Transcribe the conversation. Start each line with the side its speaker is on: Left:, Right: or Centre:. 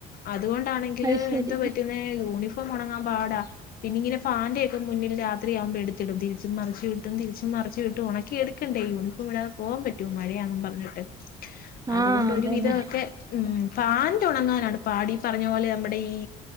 Left: അതുകൊണ്ടാണെങ്കില്
Right: അത് ശരി
Left: എന്താ പറ്റുന്നേ യൂണിഫോ ഫം ഒണങ്ങാൻ പാടാ പിന്നെ ഇങ്ങനെ ഫാന്റെ ഒക്കെ മുന്നില് രാത്രിയാകുമ്പേ എടുത്തിടും തിരിച്ചും മറിച്ചും ഇട്ടും തിരിച്ചും മറിച്ചും ഇട്ട് ഒണക്കി എടുക്കണ്ടേ യൂണിഫോം ഇടാതെ പോകാൻ പറ്റോ മഴയാണെന്നും പറഞ്ഞിട്ട് അതുകൊണ്ട്
Right: ആഹ് അതന്നെ
Left: ഒരു വിധമൊക്കെ ഉം പാൻ്റ് ഉണങ്ങാനുണ്ട് പാടി പറഞ്ഞപോലെ നമ്മുടെയീ